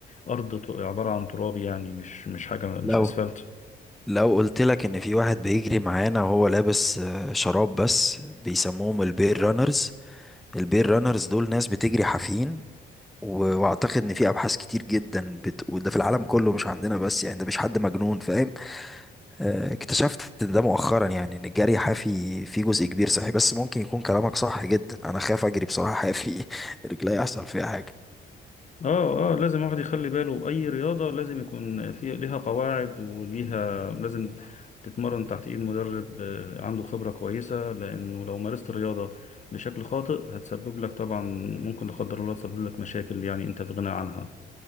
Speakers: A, on the left (about 35°); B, in the centre.
A: ارض ت- عبارة عن تراب يعني مش مش حاجة مش
B: لو
A: اسفلت
B: لو قلت لك ان في واحد بيجري معانا وهو لابس آه، شراب بس بيسموهم البير رانرز البير رانرز دول ناس بتجري حافيين و- واعتقد ان في ابحاث كتير جدا بت... وده في العالم كله مش عندنا بس يعني ده مش حد مجنون فاهم آه، اكتشفت ده مؤخرا يعني ان الجري حافي فيه جزء كبير صحي بس ممكن يكون كلامك صح جدا انا خاف اجري بصراحة حافي <laughs> رجلي يحصل فيها حاجة
A: اه اه لازم الواحد يخلي باله اي رياضة لازم يكون في ليها قواعد وليها لازم تتمرن تحت ايد مدرب آه، عنده خبرة كويسة لانه لو مارست الرياضة بشكل خاطئ هتسبب لك طبعا ممكن لا قدر الله تسبب لك مشاكل يعني انت في غنى عنها